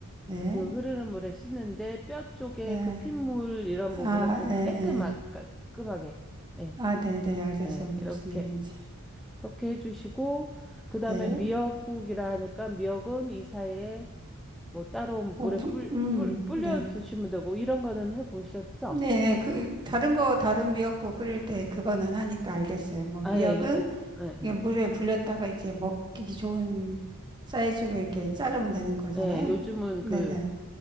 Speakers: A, on the right (about 20°); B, in the centre.
A: 네,
B: 그 흐르는 물에 씻는데 뼈 쪽에
A: 네.
B: 그 핏물 이런 부분은
A: 아,
B: 좀
A: 예,
B: 깨끗하게
A: 예.
B: 깔끔하게 예,
A: 아, 네, 네, 알겠어요.
B: 예,
A: 무슨
B: 이렇게
A: 얘기인지.
B: 이렇게 해주시고 그다음에
A: 네.
B: 미역국이라 하니까 미역은 이 사이에 뭐 따로 물에
A: 어, 분-
B: 불,
A: 음,
B: 불, 불려
A: 네.
B: 두시면 되고 이런 거는 해보셨죠?
A: 네, 네. 그, 다른 거, 다른 미역국 끓일 때 그거는 하니까 알겠어요. 뭐,
B: 아예
A: 미역은
B: 이게 예, 예.
A: 이게 물에 불렸다가 이제 먹기 좋은 사이즈로 이렇게 자르면 되는 거잖아요.
B: 예, 요즘은
A: 네,
B: 그
A: 네.